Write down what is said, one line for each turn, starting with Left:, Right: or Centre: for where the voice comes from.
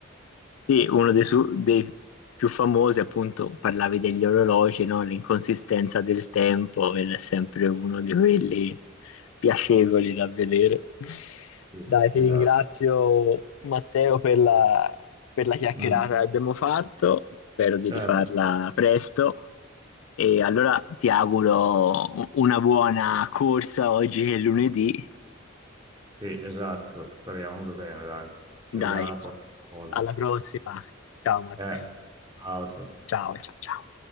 Left: Sì, uno dei, su- dei più famosi, appunto, parlavi degli orologi, no? L'inconsistenza del tempo, ed è sempre uno di quelli piacevoli da vedere.
Right: Sì,
Left: Dai, ti
Right: esatto.
Left: ringrazio Matteo per la, per la chiacchierata
Right: Mm,
Left: che abbiamo fatto, spero di
Right: certo.
Left: rifarla presto e allora ti auguro u- una buona corsa oggi che è lunedì.
Right: Sì, esatto, speriamo bene, dai. Ci
Left: Dai,
Right: vediamo la prossima volta.
Left: alla prossima. Ciao Matteo.
Right: Eh, ciao. Sam.
Left: Ciao, ciao, ciao.